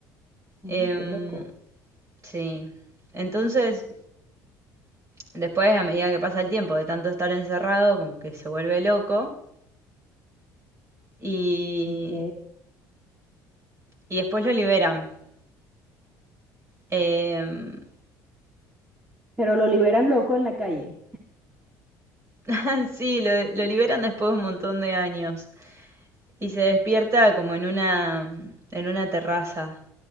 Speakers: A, on the right (about 15°); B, on the right (about 35°).
A: mm,
B: Em,
A: qué loco,
B: sí, entonces después a medida que pasa el tiempo de tanto estar encerrado, como que se vuelve loco y,
A: ok.
B: y después lo liberan. Em,
A: Pero lo liberan loco en la calle.
B: <laughs> sí, lo, lo liberan después de un montón de años. Y se despierta como en una, en una terraza.